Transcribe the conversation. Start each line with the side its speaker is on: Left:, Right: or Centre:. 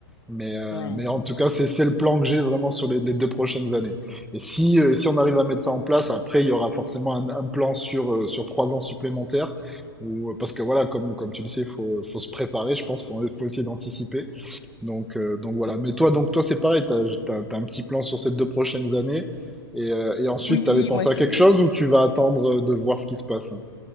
Centre: Mais, euh,
Left: ouais.
Centre: mais en tout cas, c'est c'est le plan que j'ai vraiment sur les, les deux prochaines années. Et si, euh, si on arrive à mettre ça en place, après, il y aura forcément un, un plan sur, euh, sur trois ans supplémentaires. Ou, parce que voilà, comme, comme tu le sais, il faut, faut se préparer, je pense, il faut, faut essayer d'anticiper. Donc, euh, donc voilà. Mais toi, donc toi, c'est pareil, t'as, t'as, t'as un petit plan sur ces deux prochaines années. Et, euh, et ensuite,
Left: Oui,
Centre: t'avais pensé
Left: moi, c'est.
Centre: à quelque chose ou tu vas attendre euh, de voir ce qui se passe?